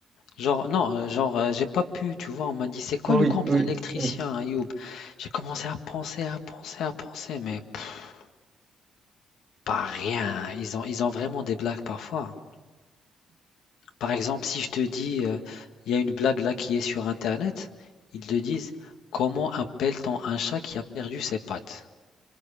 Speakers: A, on the left; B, on the right.
A: Genre, non, euh, genre, euh, j'ai pas pu, tu vois. On m'a dit, c'est quoi
B: Bon,
A: le
B: Oui,
A: compte
B: oui,
A: de l'électricien,
B: oui.
A: Ayoub? J'ai commencé à penser, à penser, à penser, mais pff, pas rien. hein. Ils ont, ils ont vraiment des blagues parfois. hein. Par exemple, si je te dis, euh, il y a une blague là qui est sur Internet, ils te disent, comment appelle-t-on un chat qui a perdu ses pattes?